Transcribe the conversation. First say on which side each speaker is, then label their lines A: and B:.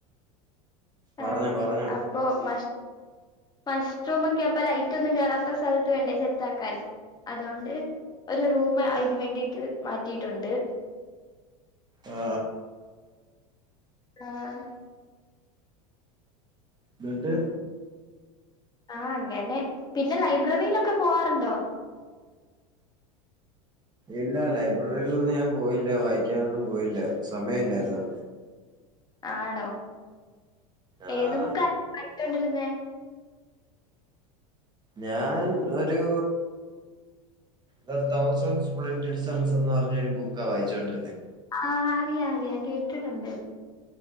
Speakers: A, on the right (about 25°); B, on the left (about 20°).
A: പറഞ്ഞോ
B: ആ
A: പറഞ്ഞോ
B: അപ്പൊ മഷ മഷ്റൂം ഒക്കെപ്പ ലൈറ്റ് ഒന്നും കേയറാത്ത സ്ഥലത്ത് വേണ്ടേ സെത്താക്കാൻ അതോണ്ട് ഒരു റൂമ് അതിന് വേണ്ടിട്ട് മാറ്റിയിട്ടുണ്ട്
A: ആ
B: ആഹ
A: ന്നട്ട്
B: ആഹ അങ്ങനെ പിന്നെ ലൈബ്രറിയിലൊക്കെ പോവാറുണ്ടോ
A: ഇല്ല ലൈബ്രറിയിലൊന്നും ഞാൻ പോയില്ല വായിക്കാൻന്നും പോയില്ല സമയല്ലായിര്ന്നു.
B: ആണോ
A: ആഹ്
B: ഏത് ബുക്കായി വായിച്ചോണ്ടിരുന്നേ
A: ഞാൻ ഒരു തന്തൗസൻ സ്പ്ലിൻഡഡ് സൺസ് എന്ന് പറഞ്ഞൊരു ബുക്കാ വായിച്ചോണ്ടിരുന്നത്
B: ആഹ് അറിയാ അറിയാ കേട്ടിട്ടുണ്ട്